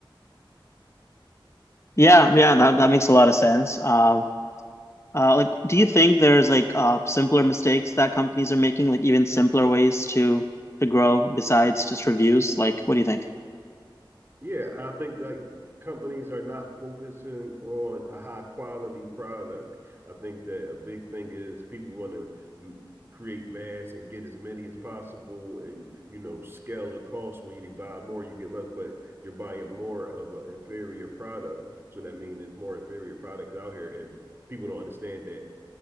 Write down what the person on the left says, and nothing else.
yeah, yeah. That that makes a lot of sense. Um, Uh, like, do you think there's like uh, simpler mistakes that companies are making, like even simpler ways to to grow besides just reviews? Like, what do you think?